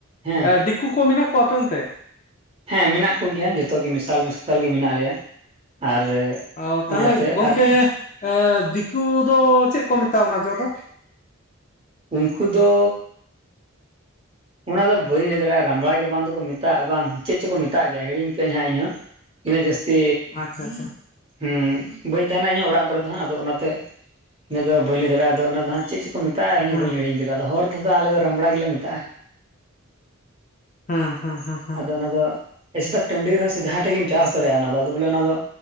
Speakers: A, on the right; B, on the left.
A: ᱦᱮᱸ
B: ᱮ ᱫᱤᱠᱩ ᱠᱚ ᱢᱮᱱᱟᱜ ᱠᱚᱣᱟ ᱟᱯᱮ ᱚᱱᱛᱮ
A: ᱦᱮᱸ ᱢᱮᱱᱟᱜ ᱠᱚᱜᱮᱭᱟ ᱡᱚᱛᱚ ᱜᱮ ᱢᱮᱥᱟᱞ ᱢᱮᱥᱟᱞ ᱜᱮ ᱢᱮᱱᱟᱜ ᱞᱮᱭᱟ ᱟᱨ
B: ᱚ ᱛᱟᱦᱚᱞᱮ
A: ᱚᱱᱟᱛᱮ
B: ᱜᱚᱢᱠᱮ
A: ᱟᱨ
B: ᱮ ᱫᱤᱠᱩ ᱫᱚ ᱪᱮᱫ ᱠᱚ ᱢᱮᱛᱟᱜ ᱚᱱᱟ ᱡᱚ ᱫᱚ
A: ᱩᱱᱠᱩ ᱫᱚ ᱚᱱᱟ ᱫᱚ ᱵᱟᱹᱧ ᱞᱟᱹᱭ ᱫᱟᱲᱮᱭᱟᱜᱼᱟ ᱨᱟᱢᱵᱲᱟ ᱜᱮ ᱵᱟᱝ ᱫᱚᱠᱚ ᱢᱮᱛᱟᱜᱼᱟ ᱵᱟᱝ ᱪᱮᱫ ᱪᱚ ᱠᱚ ᱢᱮᱛᱟᱜ ᱜᱮᱭᱟ ᱦᱤᱲᱤᱧ ᱠᱟᱜ ᱟᱸᱧ ᱦᱟᱸᱜ ᱤᱧᱦᱚᱸ ᱤᱱᱟᱹ ᱡᱟᱹᱥᱛᱤ
B: ᱟᱪᱪᱷᱟ ᱟᱪᱪᱷᱟ
A: ᱦᱩᱸ ᱵᱟᱹᱧ ᱛᱟᱦᱮᱱᱟ ᱤᱧᱦᱚ ᱚᱲᱟᱜ ᱠᱚᱨᱮ ᱫᱚ ᱦᱟᱸᱜ ᱟᱫᱚ ᱚᱱᱟᱛᱮ ᱤᱱᱟᱹ ᱫᱚ ᱵᱟᱹᱧ ᱞᱟᱹᱭ ᱫᱟᱲᱮᱼᱟ ᱟᱫᱚ ᱚᱱᱟ ᱪᱮᱫ ᱪᱚ ᱠᱚ ᱢᱮᱛᱟᱜᱼᱟ ᱤᱧ
B: ᱦᱮᱸ
A: ᱵᱟᱹᱧ ᱦᱤᱲᱤᱧ ᱠᱟᱫᱟ ᱟᱫᱚ ᱦᱚᱲ ᱛᱮᱫᱚ ᱟᱞᱮᱫᱚ ᱨᱟᱢᱲᱟ ᱜᱮᱞᱮ ᱢᱮᱛᱟᱜᱼᱟ
B: ᱦᱟᱸ ᱦᱟᱸ ᱦᱟᱸ
A: ᱟᱫᱚ ᱚᱱᱟ ᱫᱚ ᱮᱥᱮᱫᱟᱜ ᱴᱟᱺᱰᱤ ᱨᱮᱦᱚᱸ ᱥᱮ ᱡᱟᱦᱟᱸ ᱴᱷᱮᱡ ᱜᱮᱢ ᱪᱟᱥ ᱫᱟᱲᱮᱭᱟᱜᱼᱟ ᱚᱱᱟ ᱟᱫᱚ ᱵᱚᱞᱮ ᱚᱱᱟ ᱫᱚ